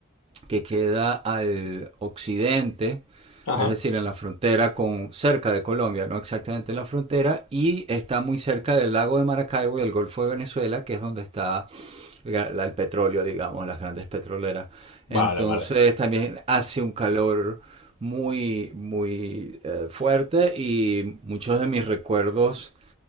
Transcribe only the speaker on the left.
ajá,
vale,
vale.